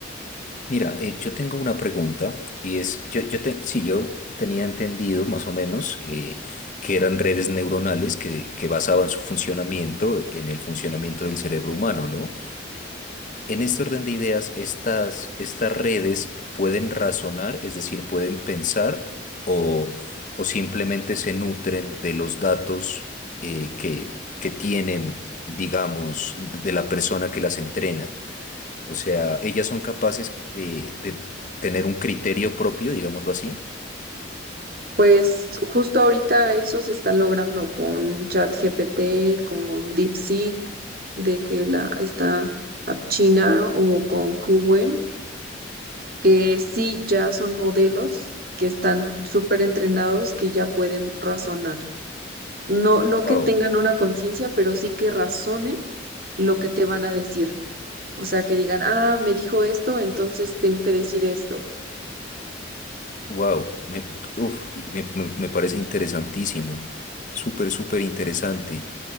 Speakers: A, on the left; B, on the right.
A: Mira, eh, yo tengo una pregunta y es, yo, yo te- sí, yo tenía entendido más o menos eh, que eran redes neuronales que, que basaban su funcionamiento en el funcionamiento del cerebro humano, ¿no? En este orden de ideas, estas, estas redes pueden razonar, es decir, pueden pensar o, o simplemente se nutren de los datos eh, que, que tienen, digamos, de la persona que las entrena. O sea, ellas son capaces de, de tener un criterio propio, digámoslo así.
B: Pues justo ahorita eso se está logrando con ChatGPT, con DeepSeek, de que la está China o con Qwen, que sí ya son modelos que están súper entrenados, que ya pueden razonar. No, no
A: Wow,
B: que tengan una conciencia, pero sí que razonen lo que te van a decir. O sea, que digan, ah, me dijo esto, entonces tengo que decir esto.
A: wow, me, uf, y me, me- me parece interesantísimo. Súper, súper interesante.